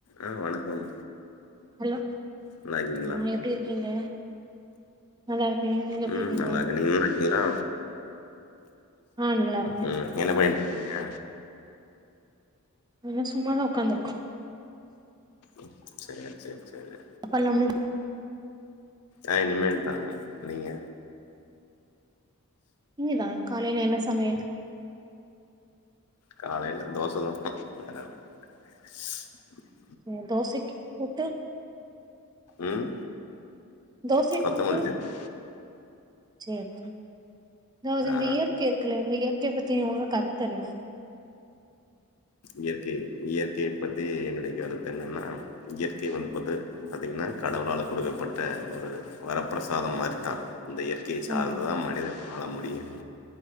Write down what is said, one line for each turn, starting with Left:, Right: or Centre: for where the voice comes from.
Left: ஆ வணக்கம்
Right: ஹலோ
Left: நல்லா இருக்கீங்களா
Right: ம் எப்படி இருக்கீங்க நல்லா இருக்கே நீங்க எப்டி
Left: ம்
Right: இருக்கீங்க
Left: நல்லா இருக்க நீங்க நல்லா இருக்கீங்களா
Right: ஆ நல்லா இருக்கே
Left: ம் என்ன பன்னிட்டு இருக்கீங்க
Right: என்ன சும்மாதா ஒக்காந்துருக்கோ
Left: ம் சேர் சேர் சேரி
Right: <unintelligible>
Left: ஆ இனிமேல் தாங்க நீங்க
Right: இங்க தா காலைல என்ன சமையல்
Left: காலையில தோச தா ஊத்ணு <unintelligible>
Right: சேர் தோசைக்கு கூட்டு
Left: ம்
Right: தோசை
Left: கொத்தமல்லி
Right: கூட்டு
Left: சட்னி
Right: சேர் சே அதாவது
Left: ஆ
Right: இந்த இயற்கை இருக்குல்ல இந்த இயற்கைய பத்தி உங்க கருத்து என்ன
Left: இயற்கை இயற்கைய பத்தி என்னுடைய கருத்து என்னன்னா இயற்கை வந்து பத்து பாத்திங்கன்னா கடவுளால கொடுக்கப்பட்ட ஒரு வரப்பிரசாதம் மாரி தா இந்த இயற்கைய சார்ந்துதா
Right: ஆமா
Left: மனித வாழ முடியு